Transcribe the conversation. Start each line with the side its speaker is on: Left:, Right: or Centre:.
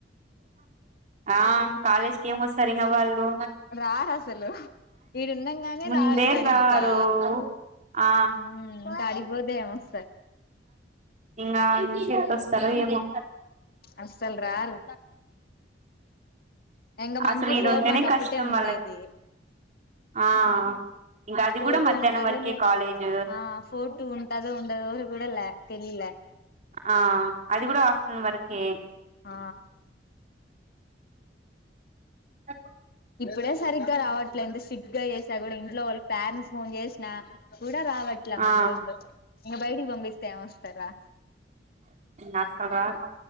Right: ఆ కాలేజ్కి ఏమ్ మొస్తారు ఇంకా వాళ్ళు
Left: రార్ అసలు ఈడున్నాంగానే
Right: ముందే
Left: రారు సరిగ్గా
Right: రారు ఆ
Left: మ్ ఇంక అడిక్ పోతే ఏమ్ వస్త్
Right: ఇంకా నుంచి ఎప్పుడు వస్తారో ఏమో
Left: అస్సల్ రారు ఇంకా మన్
Right: అసలు
Left: కి
Right: ఈడుంటేనే
Left: ఫోర్ వన్ ఒకటే
Right: కష్టం
Left: ఉండేది
Right: వాళ్ళకి ఆ ఇంకా అది
Left: ఫోర్
Right: కూడా
Left: టూ
Right: మధ్యాహ్నం
Left: ఉంటదో
Right: వరకే
Left: లే
Right: కాలేజ్
Left: ఆ ఫోర్ టూ ఉంటదో ఉండదో కూడా ల్యా తెలి ల్యా
Right: ఆ అది కూడా ఆఫ్టర్నూన్ వర్ కే
Left: ఆ
Right: అ
Left: ఇప్పుడే సరిగ్గా రావట్లేదు సిగ్గుగా చేసా కూడా ఇంట్లో వాళ్ళ ప్యారెంట్స్ ఫోన్ చేసినా కూడ్ ఇందా రావట్ల
Right: ఆ
Left: మానో వోళ్లు ఇంకా బయటికి పంపిస్తే ఏమ్ వస్తారా
Right: నా సబాక్